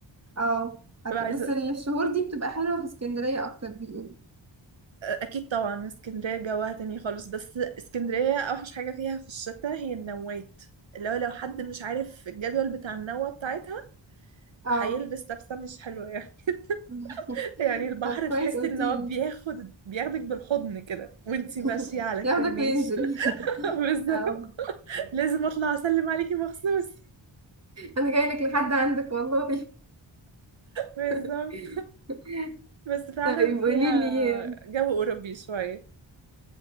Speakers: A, on the right; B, on the right.
A: اه هت-
B: ببقى عايزة
A: بس الشهور دي بتبقى حلوة في اسكندرية اكتر بيقولوا
B: أكيد طبعا اسكندرية جواها تاني خالص بس اسكندرية أوحش حاجة فيها في الشتاء هي النوات اللي هو لو حد مش عارف الجدول بتاع النوة بتاعتها
A: اه
B: هيلبس لبسة مش حلوة يعني
A: <laughs>
B: <laughs> يعني البحر
A: طب كويس
B: تحس
A: قلتيلي
B: ان هو بياخد بياخدك بالحضن كده وانتي
A: <laughs>
B: ماشية على الكورنيش
A: ياخدك وينزل
B: <laughs>
A: <laughs>
B: بالظبط
A: اه
B: لازم اطلع اسلم عليكي مخصوص
A: انا جايلك لحد عندك والله
B: بالظبط
A: <laughs>
B: بس فعلا
A: طيب
B: فيها
A: قوليلي
B: جو اوروبي شويه